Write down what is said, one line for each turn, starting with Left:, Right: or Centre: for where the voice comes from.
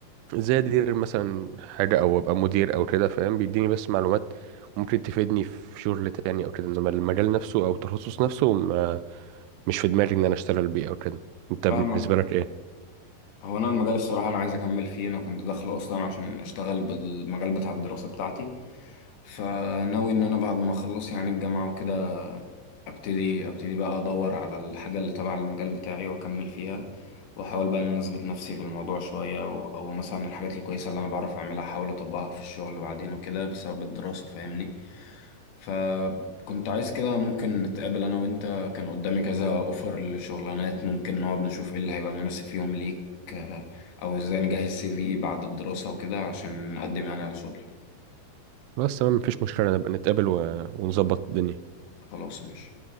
Right: زي ادير مثلا حاجة او ابقى مدير او كده فاهم بيديني بس معلومات ممكن تفيدني في شغل تاني او كده انما المجال نفسه او التخصص نفسه ما مش في دماغي ان انا اشتغل بيه او كده انت بالنسبة
Left: فاهمك
Right: لك ايه
Left: هو انا المجال الصراحه انا عايز اكمل فيه انا كنت داخله اصلا عشان اشتغل بالمجال بتاع الدراسه بتاعتي فناوي ان انا بعد ما اخلص يعني الجامعه وكده ابتدي ابتدي بقى ادور على الحاجه اللي تبع المجال بتاعي واكمل فيها واحاول بقى ان انا اثبت نفسي في الموضوع شويه او, أو مثلا الحاجات الكويسه اللي انا بعرف اعملها احاول اطبقها في الشغل بعدين وكده بسبب الدراسه فاهمني فكنت عايز كده ممكن نتقابل انا وانت كان قدامي كذا اوفر لشغلانات ممكن نقعد نشوف ايه اللي هيبقى مناسب فيهم ليك آه، او ازاي نجهز سي في بعد الدراسه وكده عشان نقدم انا على شغل
Right: بس تمام مفيش مشكلة نبقى نتقابل و... ونظبط الدنيا
Left: خلاص ماشي